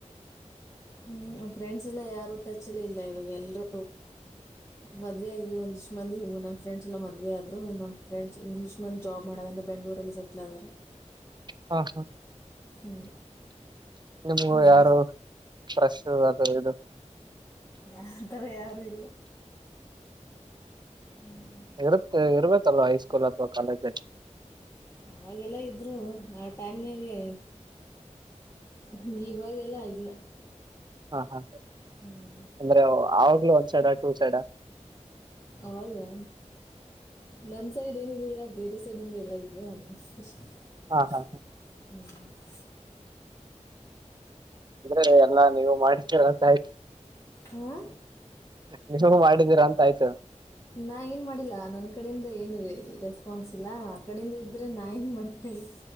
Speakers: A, on the left; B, on the right.
A: ಹ್ಮ್ ಫ್ರೆಂಡ್ಸ್ ಎಲ್ಲ ಯಾರು ಟಚ್ಲ್ಲ ಇಲ್ಲ ಇವಾಗ ಎಲ್ರೂ. ಮದ್ವೆ ಆಗ ಒಂದಿಷ್ಟ ಮಂದಿ ಹ ಫ್ರೆಂಡ್ಸ್ ಎಲ್ಲ ಮದ್ವೆ ಆದರು ನಮ್ಮ್ ಫ್ರೆಂಡ್ಸ್ ಇಂದಷ್ಟ ಮಂದಿ ಜಾಬ್ ಮಾಡಾಗಂದ ಬೆಂಗಳೂರಲ್ಲಿ ಸ. ಲವರ್.
B: ಹಾ ಹಾ
A: ಹ್ಮ್....
B: ನಿಮ್ಗ
A: ಆಗ
B: ಯಾರು ಕ್ರಸ್ ಅದು ಇದು.
A: ಯ ಅಂತವ ಯಾರೂ ಇಲ್ಲ. ಹ್ಮ್
B: ಇರುತ್ತೆ ಇರ್ಬೇಕೇಲ್ವಾ ಹೈಸ್ಕೂಲ್ ಅಥವಾ ಕಾಲೇಜ್ಜ.
A: ಅವಾಗೆಲ್ಲ ಇದ್ರು ಆ ಟೈಮ್ ನ್ಯಾಗೆ ಹ್ಮ ಇವಾಗೆಲ್ಲ ಇಲ್ಲ
B: ಹಾ ಹಾ.
A: ಹ್ಮ್.
B: ಅಂದ್ರೆ ಅವಾಗ್ಲೂ ಒನ್ ಸೈಡ್ ಟೂ ಸೈಡಾ
A: ಅವಾಗಾ ನನ್ ಸೈಡ್ ಏನಿದಿಲ್ಲ ಬೇರೆ ಸೈಡಿಂದ್ ಎಲ್ಲ ಇದ್ವು ಅದಕ್ ಅಷ್ಟೇ.
B: ಆತ್ ಆತ್ ತಾ
A: <unintelligible> ಹ್ಮ್.
B: ಅಂದ್ರೆ ಎಲ್ಲಾ ನೀವು ಮಾಡಿದಿರಾ ಅಂತ ಆಯ್ತು
A: ಹಾ
B: ನೀಜ್ವಾಗ್ಲೂ ಮಾಡಿದ್ದೀರಾ ಅಂತ ಆಯ್ತು
A: ನಾ ಏನು ಮಾಡಿಲ್ಲ ನನ್ನ ಕಡೆಯಿಂದ ಏನು ರೆ ರೆಸ್ಪಾನ್ಸ್ ಇಲ್ಲ ಆ ಕಡೆಯಿಂದ ಇದ್ದರೆ ನಾ ಏನ್ ಮಾಡ್ಬೇಕ್ ಹೆಳಿ